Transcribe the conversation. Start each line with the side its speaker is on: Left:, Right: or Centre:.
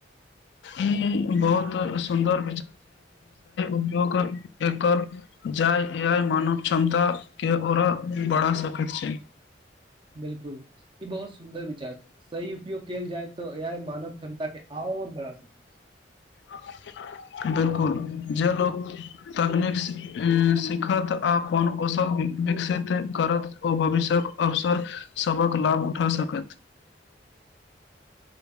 Left: ई बहुतक सुन्दर उद्योग एकर जाहि आ मानव क्षमताके ओकरा बढ़ा सकैत छै
Right: बिलकुल ई बहुत सुन्दर विचार छै सही उपयोग कयल जाय तऽ एआइ मानव क्षमता के आओ बढ़ सक छै <inaudible>
Left: ओ <inaudible> बिलकुल जे लोक तकनीक सिखत आ अपन कौशल विकसित करत ओ भविष्य्यक अवसर सभक लाभ उठा सकत
Right: <inaudible>